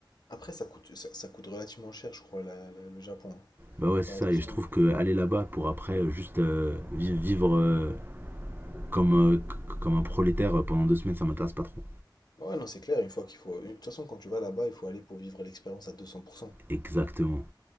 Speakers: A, on the left (about 55°); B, on the right (about 25°).
A: Après, ça coûte, ça, ça coûte relativement cher, je crois, la- la- le Japon. hein.
B: Bah ouais, c'est
A: Fais attention.
B: ça. Et je trouve que aller là-bas pour après euh, juste euh, vi- vivre euh, comme euh, comme un prolétaire euh, pendant deux semaines, ça m'intéresse pas trop.
A: Ouais, non, c'est clair, une fois qu'il faut. De toute façon, quand tu vas là-bas, il faut aller pour vivre l'expérience à 200%.
B: Exactement.